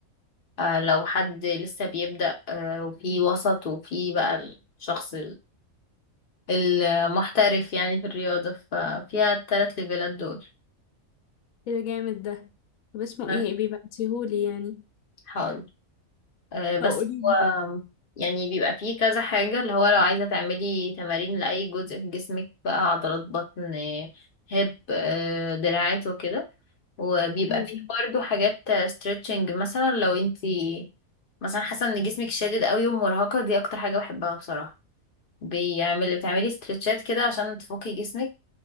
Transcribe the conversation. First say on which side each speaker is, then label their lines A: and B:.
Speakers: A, on the left; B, on the left.
A: آه، لو حد لسه بيبدأ آه، وفي وسط وفي بقى الشخص المحترف يعني في الرياضة ففيها التلات ليفلات دول
B: ايه ده جامد ده طب اسمه
A: بس.
B: ايه بيبعتيهولي يعني
A: حاضر آه، بس
B: طب قوليلي
A: هو يعني بيبقى فيه كذا حاجة اللي هو لو عايزة تعملي تمارين لأي جزء في جسمك بقى عضلات بطن آه، هيب آه، دراعات وكده وبيبقى
B: ايوه
A: فيه برضه حاجات ستريتشنج مثلا لو انتي مثلا حاسة ان جسمك شادد قوي ومرهقة دي اكتر حاجة بحبها بصراحة بيعمل بتعملي ستريتشات كده عشان تفكي جسمك